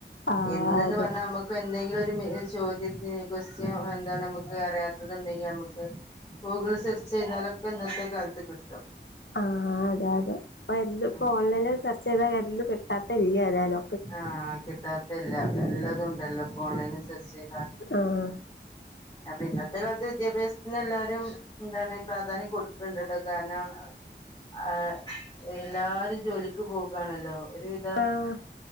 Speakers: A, on the left; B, on the left.
A: ആഹ്
B: എന്ന്ന്ന്
A: അതെ
B: പറഞ്ഞാ നമ്മക്ക് എന്തെങ്കിലും ഒരു മി സ് ചോദ്യത്തിനെ കൊസ്റ്റ്യൻ എന്താണ് നമ്മക്ക് അറിയാത്തത് ഇണ്ടെങ്കി നമ്മക്ക് ഗൂഗിൾ സെർച്ച് ചെയ്താലൊക്കെ ഇന്നത്തെ കാലത്ത് കിട്ടും
A: ആഹ് അതെ അതെ അപ്പൊ ഇന്ന് ഇപ്പോ
B: ഉം
A: ഓൺലൈനി സെർച്ച് ചെയ്താ <unintelligible> കിട്ടാത്ത ഇല്ല ഏതാലും
B: ആഹ് കിട്ടാത്തല്ല എല്ലാതുണ്ടല്ലോ ഇപ്പ ഓൺലൈന് സെർച്ച് ചെയ്താ
A: ആഹ്
B: അപ്പൊ ഇന്നത്തെ കാലത്ത് വിദ്യാഭ്യാസത്തിന് എല്ലാരും എന്താണ് പ്രാധാന്യം കൊടുക്കണ്ട്ട്ടോ കാരണം ആഹ് എല്ലാരും ജോലിക്ക് പോകാണല്ലോ ഒരുവിധം
A: ആഹ്